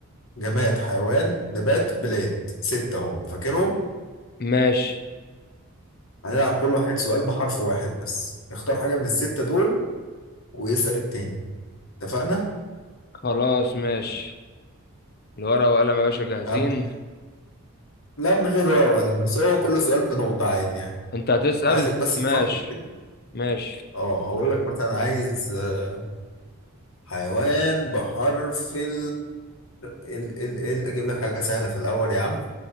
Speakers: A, on the left (about 65°); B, on the left (about 45°).
A: جماد حيوان نبات بلاد ستة هم فاكرهم؟
B: ماشي
A: هنلعب كل واحد سؤال بحرف واحد بس اختار حاجة من الستة دول ويسأل التاني اتفقنا؟
B: خلاص ماشي الورقة وقلم يا باشا جاهزين
A: أبدأ لا من غير ورقة وقلم بس هو كل سؤال بنقطة عادي يعني
B: انت هتسأل
A: عايزك بس تفكر
B: ماشي
A: كده
B: ماشي
A: اه هقول لك مثلا عايز آه، حيوان بحرف ال ال ال ال اجيب لك حاجة سهلة في الأول يا عم